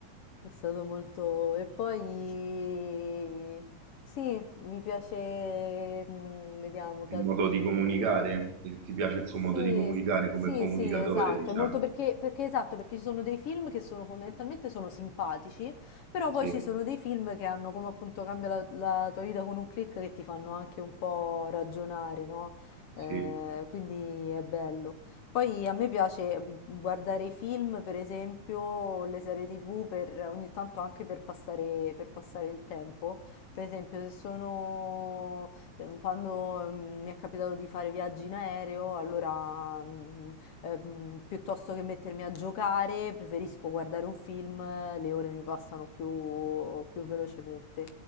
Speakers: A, on the left (about 65°); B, on the right (about 65°).
A: È stato molto... E poi... Sì, mi piace... mm, Vediamo che
B: Il
A: altri
B: modo
A: film...
B: di comunicare? Il- ti piace il
A: Sì,
B: suo modo di comunicare come
A: sì,
B: comunicatore,
A: sì, esatto.
B: diciamo?
A: È molto perché, perché esatto, perché ci sono dei film che sono fondamentalmente sono simpatici, però poi
B: Sì,
A: ci sono dei film che hanno come appunto cambia la, la tua vita con un click che ti fanno anche un po' ragionare, no? Eh,
B: sì,
A: quindi è bello. Poi a me piace mm, guardare i film, per esempio, le serie TV, per, ogni tanto anche per passare, per passare il tempo. Per esempio, se sono, eh, quando mm, mi è capitato di fare viaggi in aereo, allora mm, eh, mm, piuttosto che mettermi a giocare, preferisco guardare un film, le ore mi passano più, più velocemente.